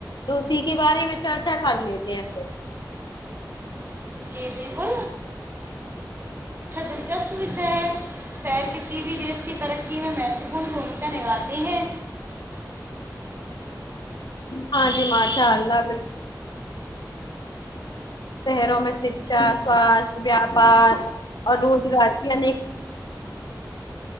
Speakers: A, on the left; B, on the right.
A: تو اسی کے بارے میں چرچا کر لیتے ہیں پھر
B: جی بالکل اچھا دلچسپ وشے ہے شہر کسی بھی دیش کی ترقی میں مہتوپورن بھومکا نبھاتے ہیں
A: ہاں جی ماشاء اللہ بالکل شہروں میں شکھا سواستھ ویاپار اور روزگار کی انیک